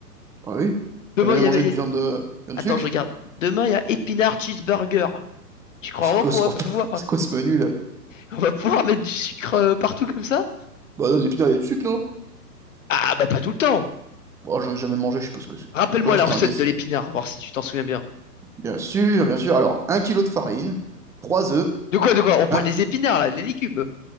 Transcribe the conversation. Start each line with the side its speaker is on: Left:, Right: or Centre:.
Centre: Bah oui.
Left: Demain,
Centre: T'as jamais
Left: il y
Centre: mangé
Left: avait. il
Centre: de
Left: y avait-
Centre: viande, euh, viande
Left: Attends,
Centre: sucre?
Left: je regarde. Demain, il y a épinard cheeseburger. Tu crois
Centre: C'est
Left: vraiment
Centre: quoi
Left: qu'on
Centre: ce
Left: va
Centre: repas?
Left: pouvoir,
Centre: <laughs> C'est quoi ce menu, là?
Left: on va pouvoir mettre du sucre euh, partout comme ça?
Centre: Bah non, mais putain, il y a du sucre, non?
Left: Ah, bah, pas tout le temps.
Centre: Bon, j'en ai jamais mangé, je sais pas ce que c'est. Je
Left: Rappelle-moi
Centre: pensais que
Left: la
Centre: c'était
Left: recette
Centre: un dessert.
Left: de l'épinard, voir si tu t'en souviens bien.
Centre: Bien sûr, bien sûr. Alors, un kilo de farine, trois œufs,
Left: De quoi, de quoi? On parle
Centre: un...
Left: des épinards, là, les légumes.